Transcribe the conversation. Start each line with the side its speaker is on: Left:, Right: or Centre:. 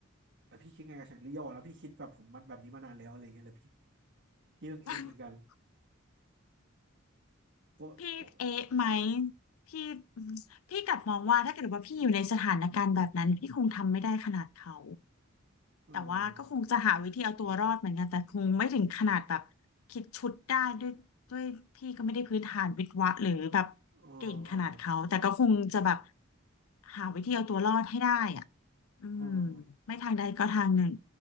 Right: แล้วพี่คิดไงกับฉากนี้ย่าบอกแล้วพี่คิดแบบผมมันแบบนี้มานานแล้วอะไรเงี้ยแล้วพี่พี่เพิ่งเอ๊ะเหมือนกัน
Left: <laughs>
Right: โอ้พวก
Left: พี่เอ๊ะไหมพี่พี่กลับมองว่าถ้าเกิดว่าพี่อยู่ในสถานการณ์แบบนั้นพี่คงทำไม่ได้ขนาดเขา
Right: เออ
Left: แต่ว่าก็คงจะหาวิธีเอาตัวรอดเหมือนกันแต่คงไม่ถึงขนาดแบบคิดชุดได้ด้วยด้วยพี่ก็ไม่ได้พื้นฐานวิศวะหรือแบบ
Right: เอออ๋อ
Left: เก่งขนาดเขาแต่ก็คงจะแบบหาวิธีเอาตัวรอดให้ได้อ่ะอืม
Right: เออ
Left: ไม่ทางใดก็ทางหนึ่ง